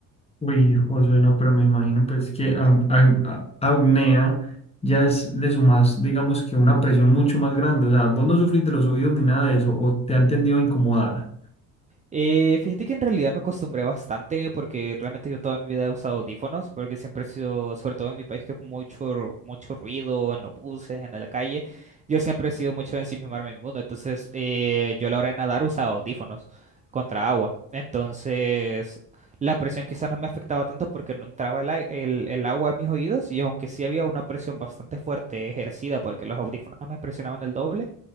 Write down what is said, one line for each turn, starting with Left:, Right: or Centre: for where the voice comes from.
Left: uy, Josué, no, pero me imagino pues que am- am- a- apnea ya es de su más, digamos que una presión mucho más grande, o sea, vos no sufrís de los oídos ni nada de eso, o te han tendido a incomodar.
Right: Eh, fíjate que en realidad me acostumbré bastante porque realmente yo toda mi vida he usado audífonos porque siempre he sido, sobre todo en mi país que es mucho, mucho ruido en los buses, en la calle, yo siempre he sido mucho de ensimismarme en el mundo, entonces eh, yo a la hora de nadar usaba audífonos contra agua, entonces la presión quizás no me afectaba tanto porque no entraba el, ai- el, el agua a mis oídos y aunque sí había una presión bastante fuerte ejercida porque los audífonos me presionaban el doble.